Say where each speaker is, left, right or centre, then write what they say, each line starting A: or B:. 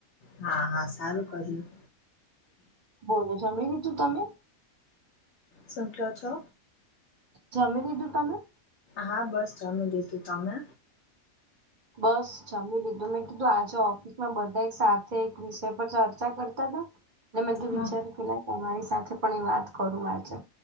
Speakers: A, on the left; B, on the right.
A: હા હા સારું કર્યું
B: બોલો જમી લીધું તમે
A: શું કેવો છો
B: જમી લીધું તમે
A: હા બસ જમી લીધું તમે?
B: બસ જમી લીધું મેં કીધું આજે ઓ બધા એક સાથે એક વિષય પર ચર્ચા કરતા હતા એટલે મેં વિચાર્યું
A: હા
B: પેલા તમારી સાથે પણ એ વાત કરું આજે